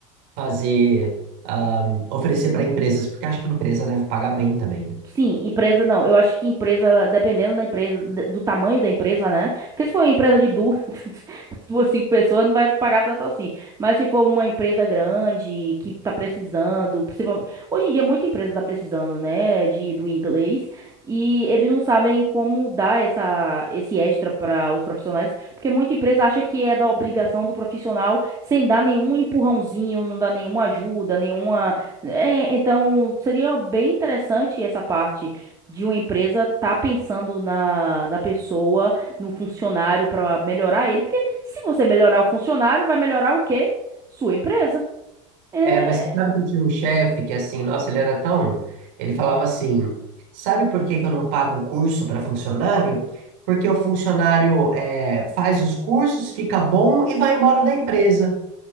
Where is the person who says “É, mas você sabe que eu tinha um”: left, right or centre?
Right